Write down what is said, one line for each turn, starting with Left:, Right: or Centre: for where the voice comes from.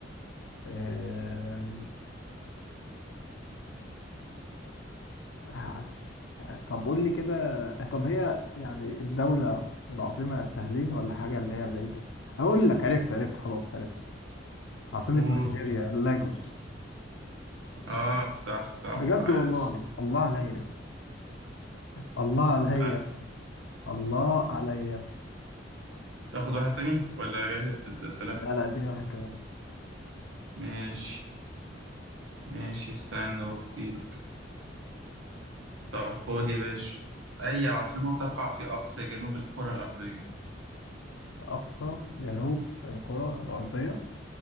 Left: أه ه- طب قول لي كده طب هي يعني الدوله والعاصمه سهلين ولا حاجه اللي هي بعيده هقول لك عرفت عرفت خلاص عرفت عاصمه
Right: قول
Left: نيجيريا لاجوس
Right: اه صح صح
Left: بجد
Right: عايش
Left: والله الله عليا الله عليا
Right: عايش.
Left: الله عليا
Right: تاخد واحد تاني ولا جهزت السلام
Left: لا لا اديني واحد كمان
Right: ماشي ماشي استنى بسيط طب خد يا باشا أي عاصمة تقع في أقصى جنوب الكرة الأرضية؟
Left: اقصى جنوب الكره الارضيه